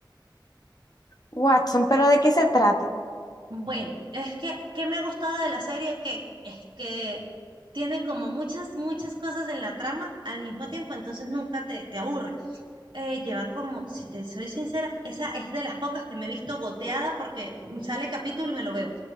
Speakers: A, on the left; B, on the right.
A: Watson, ¿pero de qué se trata?
B: Bueno, es que, ¿qué me ha gustado de la serie? Que es que tiene como muchas, muchas cosas en la trama al mismo tiempo, entonces nunca te, te aburre. eh, lleva como, si te soy sincera, esa es de las pocas que me he visto goteada porque sale capítulo y me lo veo.